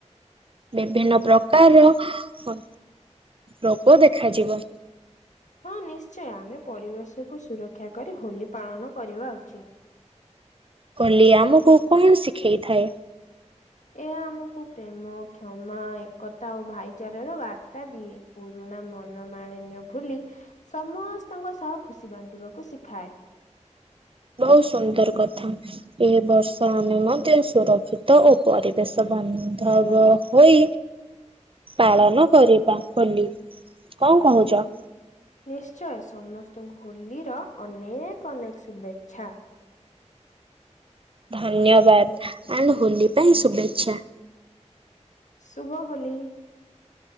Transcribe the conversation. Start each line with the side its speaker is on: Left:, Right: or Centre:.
Right: ଭିନ୍ନ ପ୍ରକାରର ରୋଗ ଦେଖାଯିବ।
Left: ହଁ ନିଶ୍ଚୟ ଆମେ ପରିବେଶକୁୁ ସୁରକ୍ଷା କରି ହୋଲି ପାଳନ କରିବା ଉଚିତ୍।
Right: ହୋଲି ଆମକୁ କଣ ଶିଖେଇଥାଏ?
Left: ଏହା ଆମକୁ ପ୍ରେମ, କ୍ଷମା, ଏକତା ଓ ଭାଇଚାରାର ବାର୍ତ୍ତା ଦିଏ। ପୁରୁଣା ମନମାଳିନ୍ୟ ଭୁଲି ସମସ୍ତଙ୍କ ସହ ଖୁସି ବାଣ୍ଟିବାକୁ ଶିଖାଏ।
Right: ବହୁତ ସୁନ୍ଦର କଥା। ଏ ବର୍ଷ ଆମେ ମଧ୍ୟ ସୁରକ୍ଷିତ ଓ ପରିବେଶ ବନ୍ଧବ ହୋଇ ପାଳନ କରିବା ହୋଲି କଣ କହୁଛ?
Left: ନିଶ୍ଚୟ ସମସ୍ତଙ୍କୁ ହୋଲିର ଅନେକ ଅନେକ ଶୁଭେଚ୍ଛା।
Right: ଧନ୍ୟବାଦ ଆଣ୍ଡ ହୋଲି ପାଇଁ ଶୁଭେଚ୍ଛା।
Left: ଶୁଭ ହୋଲି।